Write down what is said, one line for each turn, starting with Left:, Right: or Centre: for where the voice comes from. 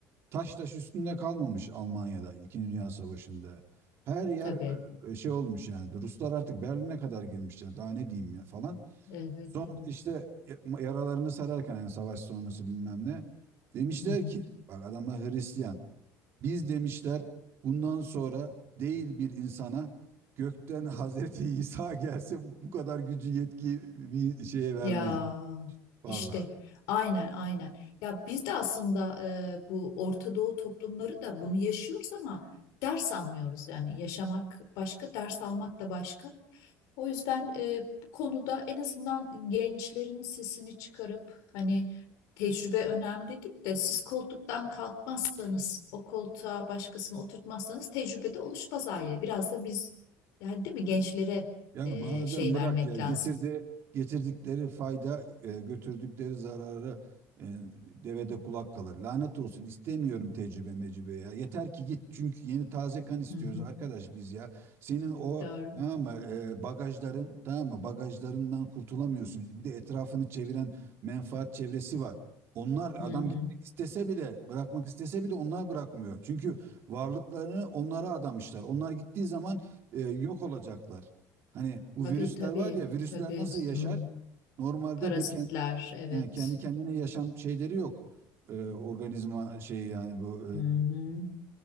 Right: taş taş üstünde kalmamış Almanya'da İkinci Dünya Savaşı'nda. Her yer
Left: tabii.
Right: e, e, şey olmuş yani Ruslar artık Berlin'e kadar girmişler daha ne diyeyim ya falan.
Left: Evet,
Right: Sonra
Left: evet.
Right: işte yaralarını sararken yani savaş sonrası bilmem ne demişler
Left: Hı hı.
Right: ki bak adamlar Hristiyan biz demişler bundan sonra değil bir insana gökten <laughs> Hazreti İsa gelse bu bu kadar gücü yetki bir şeye vermeyiz.
Left: Ya
Right: Vallahi.
Left: işte aynen aynen. Ya biz de aslında e, bu Orta Doğu toplumları da bunu yaşıyoruz ama ders almıyoruz yani. Yaşamak başka, ders almak da başka. O yüzden e, bu konuda en azından gençlerin sesini çıkarıp hani tecrübe önemli dedik de siz koltuktan kalkmazsanız o koltuğa başkasını oturtmazsanız tecrübe de oluşmaz aile. Biraz da biz yani değil mi gençlere
Right: Ya
Left: e,
Right: bazen
Left: şey
Right: bırak
Left: vermek
Right: ya getirdi
Left: lazım.
Right: getirdikleri fayda e, götürdükleri zararı e, devede kulak kalır. Lanet olsun istemiyorum tecrübe mecrübe ya. Yeter ki git çünkü yeni taze kan istiyoruz
Left: Hı hı,
Right: arkadaş biz ya. Senin o
Left: doğru.
Right: tamam mı e, bagajların tamam mı bagajlarından kurtulamıyorsun. Bir de etrafını çeviren menfaat çevresi var. Onlar adam
Left: Hı hı.
Right: gitmek istese bile bırakmak istese bile onlar bırakmıyor. Çünkü varlıklarını onlara adamışlar. Onlar gittiği zaman e, yok olacaklar. Hani bu
Left: Tabii
Right: virüsler
Left: tabii
Right: var ya virüsler
Left: tabii.
Right: nasıl yaşar?
Left: Hı.
Right: Normalde
Left: Parazitler
Right: bir kendi,
Left: evet.
Right: kendi kendine yaşam şeyleri yok. Ee, organizma şeyi yani bu
Left: Hı hı.